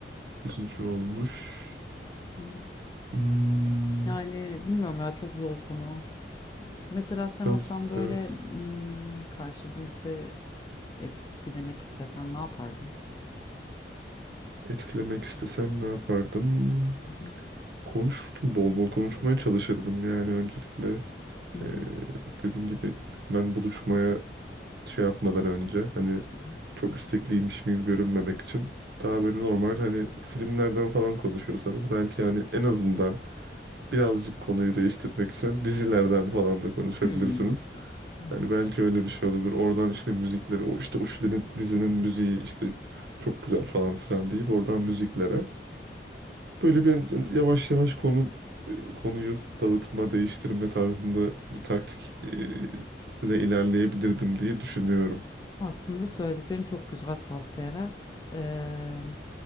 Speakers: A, on the right (about 65°); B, on the left (about 20°).
A: üzücü olmuş.
B: Evet.
A: Hmm.
B: Yani bilmiyorum ya çok zor konu. Mesela sen
A: Biraz
B: olsan böyle
A: evet
B: mm, karşı cinse etkilemek istesen ne yapardın?
A: etkilemek istesem ne yapardım?
B: Hı hı,
A: Konuşurdum bol bol konuşmaya çalışırdım yani öncelikle
B: Hı hı.
A: e, dediğin gibi hemen buluşmaya şey yapmadan önce hani
B: hı hı.
A: çok istekliymiş gibi görünmemek için daha böyle normal hani filmlerden falan konuşuyorsanız belki hani en azından birazcık konuyu değiştirmek için dizilerden falan da konuşabilirsiniz.
B: Hmm. Evet.
A: Hani belki öyle bir şey olabilir. Oradan işte müzikleri, o işte o şu dinin- dizinin müziği işte çok güzel falan filan deyip oradan müziklere. Böyle bir yavaş yavaş konu e, konuyu dağıtma, değiştirme tarzında bir taktik e, ile ilerleyebilirdim diye düşünüyorum.
B: Aslında söylediklerin çok güzel tavsiyeler. Eee,